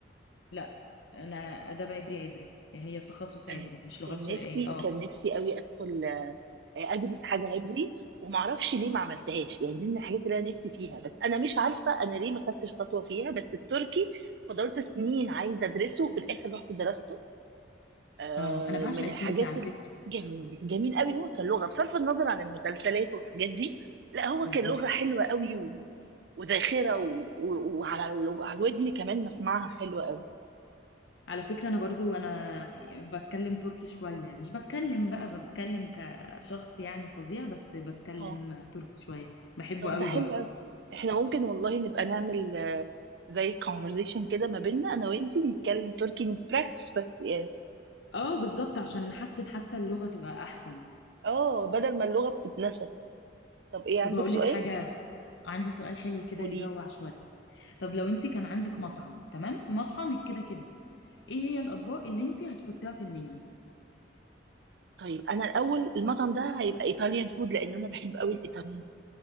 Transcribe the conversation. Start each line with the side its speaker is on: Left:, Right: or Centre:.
Left: لا انا اداب عبري عبري هي التخصص
Right: انا
Left: عبري مش لغات
Right: كان
Left: شرقية
Right: نفسي
Left: اه
Right: كان نفسي قوي ادخل آه، آه، ادرس حاجه عبري ومعرفش ليه ما عملتهاش يعني دي من الحاجات اللي انا نفسي فيها بس انا مش عارفه انا ليه ما خدتش خطوه فيها بس التركي فضلت سنين عايزه ادرسه وفي الاخر رحت درسته آه،
Left: اه انا بعشق
Right: من
Left: التركي
Right: الحاجات
Left: على فكرة
Right: الجميل جميل قوي هو كان لغه بصرف النظر عن المسلسلات والحاجات دي لا هو
Left: بالظبط
Right: كان لغه حلوه قوي و... وذاخره و... و... وعلى ال... وعلى الودن كمان مسمعها حلوه قوي
Left: على فكرة أنا برضو أنا بتكلم تركي شوية مش بتكلم بقى بتكلم كشخص يعني فظيع بس بتكلم
Right: اه
Left: تركي شوية بحبه
Right: طب
Left: قوي
Right: ده حلو
Left: برضو
Right: قوي احنا ممكن والله نبقى نعمل آه، زي كونفرزيشن كده ما بيننا انا وانتي نتكلم تركي نبراكتس بس يعني
Left: اه بالظبط عشان نحسن حتى اللغة تبقى أحسن
Right: اه بدل ما اللغه بتتنسى طب ايه عندك
Left: طب هقولك
Right: سؤال
Left: حاجة عندي سؤال حلو كده
Right: قولي
Left: يجوع شوية طب لو انت كان عندك مطعم تمام مطعمك كده كده ايه هي الأطباق اللي انت هتحطيها في المنيو
Right: طيب انا الاول المطعم ده هيبقى ايطاليان فود لان انا بحب قوي الايطاليان